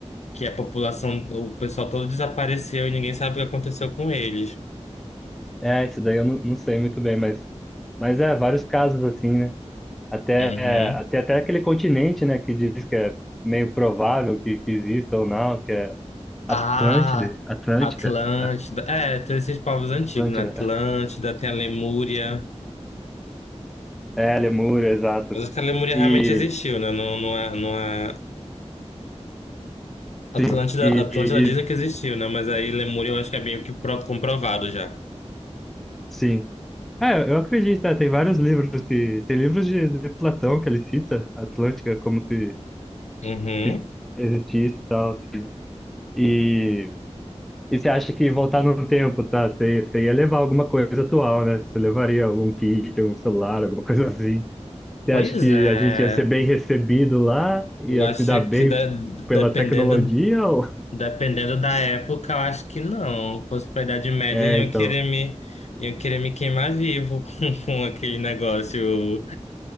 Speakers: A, on the left; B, in the centre.
A: que a população, o pessoal todo desapareceu e ninguém sabe o que aconteceu com eles.
B: É, isso daí eu não, não sei muito bem, mas, mas é, vários casos assim, né? Até,
A: Uhum.
B: é, até, até aquele continente, né, que diz que é meio provável que, que exista ou não, que é Atlântide,
A: Ah,
B: Atlântica,
A: Atlântida.
B: é,
A: É, tem esses povos antigos,
B: Atlântida,
A: né? Atlântida, tem a Lemúria.
B: é, Lemúria, exato.
A: Mas acho que a Lemúria
B: E,
A: realmente existiu, né? Não, não é, não é... Atlântida,
B: sim, e,
A: Atlântida
B: e-
A: dizem
B: e-
A: que existiu, né? Mas aí Lemúria eu acho que é meio que pro- comprovado já.
B: sim. É, eu acredito, né, tem vários livros que, tem livros de, de Platão que ele cita Atlântica como se,
A: Uhum.
B: se existisse e tal, assim. E, E você acha que voltar no tempo, tá? Você, você ia levar alguma coisa atual, né? Você levaria algum kit, algum celular, alguma coisa assim. Você
A: Pois
B: acha que
A: é.
B: a gente ia ser bem recebido lá? Ia
A: Eu acho
B: se dar bem
A: que de-
B: pela
A: dependendo.
B: tecnologia? Ou...
A: Dependendo da época, eu acho que não. Fosse pra Idade Média,
B: É,
A: iam
B: então.
A: querer me, iam querer me queimar vivo <laughs> com, com aquele negócio,